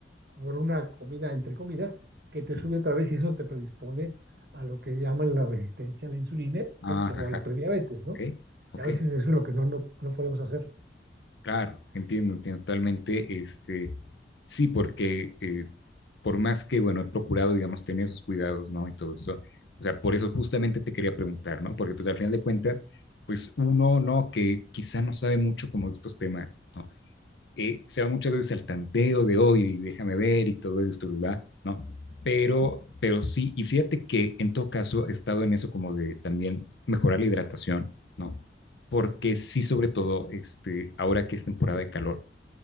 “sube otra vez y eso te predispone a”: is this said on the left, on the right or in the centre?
Right